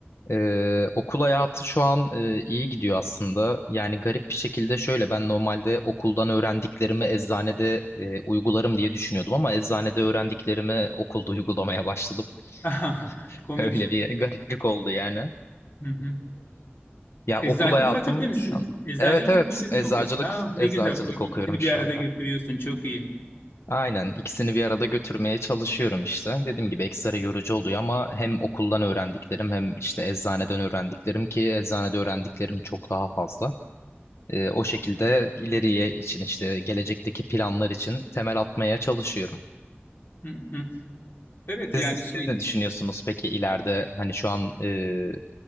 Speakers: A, on the left (about 85°); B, on the left (about 55°).
A: Ee, okul hayatı şu an e, iyi gidiyor aslında. Yani garip bir şekilde şöyle ben normalde okuldan öğrendiklerimi eczanede e, uygularım diye düşünüyordum ama eczanede öğrendiklerimi okulda uygulamaya başladım.
B: <laughs>
A: <laughs>
B: Komik.
A: Öyle bir gariplik oldu yani.
B: Hı hı.
A: Ya
B: Eczacılık
A: okul hayatım
B: fakülte misin?
A: şu an.
B: Eczacılık
A: Evet evet
B: fakültesi
A: eczacılık
B: mi okuyorsun? Aa,
A: eczacılık
B: ne güzel. O ikisini
A: okuyorum şu
B: bir arada
A: anda.
B: götürüyorsun. Çok iyi.
A: Aynen ikisini bir arada götürmeye çalışıyorum işte. Dediğim gibi ekstra yorucu oluyor ama hem okuldan öğrendiklerim hem işte eczaneden öğrendiklerim ki eczanede öğrendiklerim çok daha fazla. Ee, o şekilde ileriye için işte gelecekteki planlar için temel atmaya çalışıyorum.
B: Hı hı. Evet yani
A: Siz, siz
B: şey.
A: ne düşünüyorsunuz peki ileride hani şu an e,